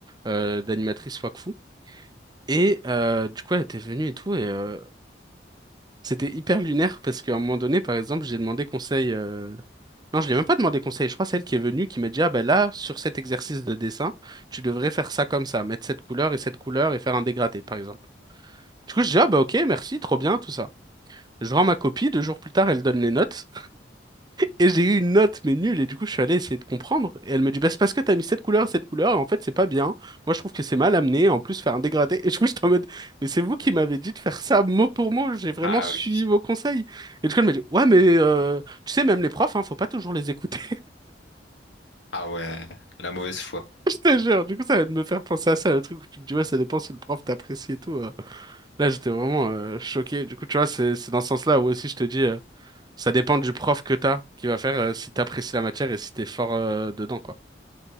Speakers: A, on the right (about 25°); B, on the left (about 80°).
A: euh, d'animatrice Wakfu. Et euh, du coup, elle était venue et tout, et euh, c'était hyper lunaire parce qu'à un moment donné, par exemple, j'ai demandé conseil. euh, Non, je lui ai même pas demandé conseil. Je crois que c'est elle qui est venue qui m'a dit, ah ben là, sur cet exercice de dessin, tu devrais faire ça comme ça, mettre cette couleur et cette couleur et faire un dégradé, par exemple. Du coup, je dis, ah bah ok, merci, trop bien, tout ça. Je rends ma copie, deux jours plus tard, elle donne les notes. Et j'ai eu une note, mais nulle, et du coup, je suis allé essayer de comprendre. Et elle me dit, bah, c'est parce que t'as mis cette couleur, cette couleur, et en fait, c'est pas bien. Moi, je trouve que c'est mal amené, en plus, faire un dégradé. Et du coup, <laughs> j'étais en mode, mais c'est vous qui m'avez dit de faire ça mot pour mot, j'ai vraiment
B: Ah
A: suivi
B: oui.
A: vos conseils. Et du coup, elle m'a dit, ouais, mais euh, tu sais, même les profs, hein, faut pas toujours les écouter.
B: Ah ouais, la mauvaise foi.
A: <laughs> Je te jure, du coup, ça va me faire penser à ça, le truc où tu te dis, ouais, ça dépend si le prof t'apprécie et tout. euh. Là, j'étais vraiment euh, choqué. Du coup, tu vois, c'est c'est dans ce sens-là où aussi, je te dis, euh, ça dépend du prof que t'as, qui va faire euh, si t'apprécies la matière et si t'es fort euh, dedans, quoi.